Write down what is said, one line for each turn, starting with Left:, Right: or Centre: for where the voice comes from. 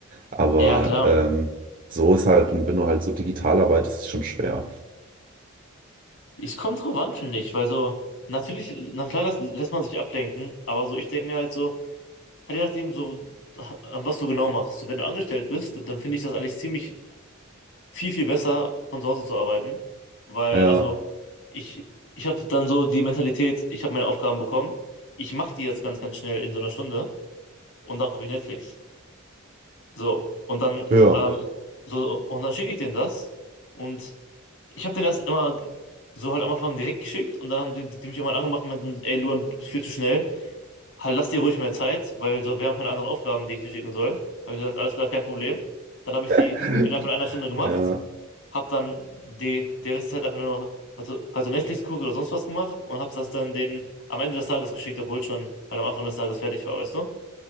Right: Aber
Left: ja klar.
Right: ähm, so ist halt, wenn du halt so digital arbeitest, ist es schon schwer.
Left: Es kommt drauf an, finde ich, weil so, natürlich, na klar, das lässt man sich ablenken, aber so, ich denke mir halt so, Halt je nachdem, so, ähm, was du genau machst. So, wenn du angestellt bist, dann finde ich das eigentlich ziemlich viel, viel besser, von zu Hause zu arbeiten. Weil,
Right: Ja,
Left: also, ich, ich habe dann so die Mentalität, ich habe meine Aufgaben bekommen, ich mache die jetzt ganz, ganz schnell in so einer Stunde und dann gucke ich Netflix. So, und dann,
Right: ja,
Left: ähm, so, und dann schicke ich denen das. Und ich habe denen das immer so halt am Anfang direkt geschickt und dann haben die, die mich irgendwann angemacht und meinten, ey Luan, du bist viel zu schnell halt, lass dir ruhig mehr Zeit, weil so, wir haben keine anderen Aufgaben, die ich dir schicken soll. Habe ich gesagt, alles klar, kein Problem. Dann habe ich die
Right: <laughs>
Left: innerhalb von einer Stunde gemacht,
Right: ja,
Left: habe dann die, die Restzeit einfach nur noch, also, also Netflix geguckt oder sonst was gemacht und habe das dann denen am Ende des Tages geschickt, obwohl ich schon halt am Anfang des Tages fertig war, weißt du?